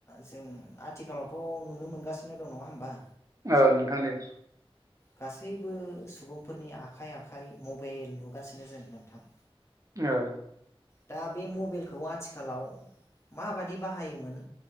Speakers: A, on the left (about 30°); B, on the right (about 35°).
A: जों आथिखालावथ' नुनो मोनगासिनो दं नङा होमबा?
B: ओ नोंथां दे
A: गासैबो सुबुंफोरनि आखाइ आखाइ मबेल नुगासिनो जों नोंथां।
B: औ।
A: दा बे मबेलखौ आथिखालाव माबादि बाहायोमोन